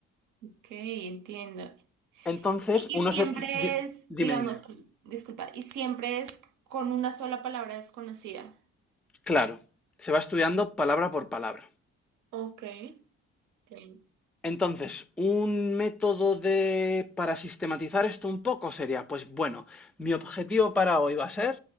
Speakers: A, on the right; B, in the centre.
A: Ok, entiendo.
B: Entonces,
A: Y,
B: uno
A: y siempre
B: se... di-
A: es,
B: dime,
A: digamos,
B: dime.
A: disculpa, y siempre es con una sola palabra desconocida.
B: Claro, se va estudiando palabra por palabra.
A: Ok, entiendo.
B: Entonces, un método de para sistematizar esto un poco sería, pues bueno, mi objetivo para hoy va a ser,